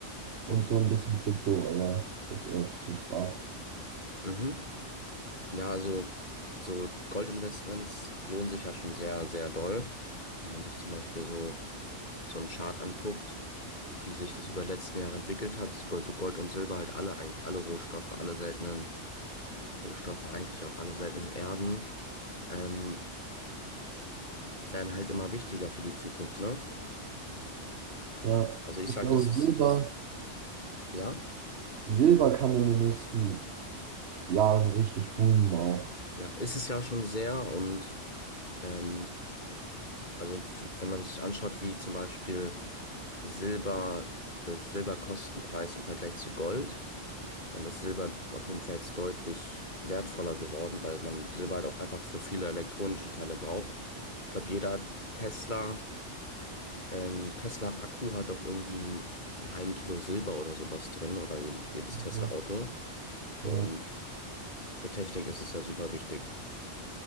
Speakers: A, on the right; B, on the left.
A: Und
B: Okay.
A: so ein bisschen Krypto, aber das eher so zum Spaß.
B: Mhm. Ja, also so Goldinvestments lohnen sich ja schon sehr, sehr doll. Wenn man sich zum Beispiel so, so einen Chart anguckt, wie sich das über die letzten Jahre entwickelt hat, so so Gold und Silber halt alle, ein- alle Rohstoffe, alle seltenen Rohstoffe, eigentlich auch alle seltenen Erden. Ähm, werden halt immer wichtiger für die Zukunft, ne?
A: Ja,
B: Also ich
A: ich
B: sag,
A: glaube,
B: das ist,
A: Silber,
B: das, ja,
A: Silber kann in den nächsten Jahren richtig boomen auch.
B: ja, ist es ja schon sehr und ähm, also f- wenn man sich anschaut, wie zum Beispiel Silber, der Silberkostenpreis im Vergleich zu Gold, dann ist Silber auf jeden Fall jetzt deutlich wertvoller geworden, weil man Silber halt auch einfach für viele elektronische Teile braucht. Ich glaube, jeder Tesla, ähm, Tesla-Akku hat auch irgendwie einen, einen halben Kilo Silber oder sowas drin oder je- jedes Tesla-Auto.
A: Ja,
B: Und
A: ja,
B: Für Technik ist es ja super wichtig,